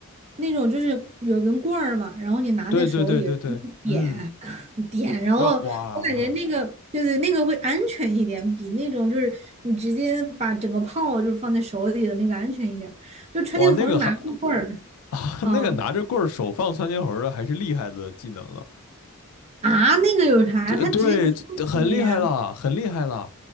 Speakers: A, on the right (about 30°); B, on the left (about 70°).
A: 那种就是有根棍儿嘛，然后你拿在手里，
B: 对对对对对，
A: 然后你点
B: 嗯，
A: <laughs> 点，然后我感觉那个对对，
B: 呃哇
A: 那个会安全一点，比那种就是你直接把整个炮就是放在手里的那个安全一点儿就穿天猴儿拿根棍儿，
B: 哇那个还 <laughs>
A: 嗯
B: 那个拿着棍儿手放窜天猴的还是厉害的技能呢，
A: 啊，那个有啥呀？
B: 对对，
A: 它直接就出去的呀。
B: 这很厉害了，很厉害了，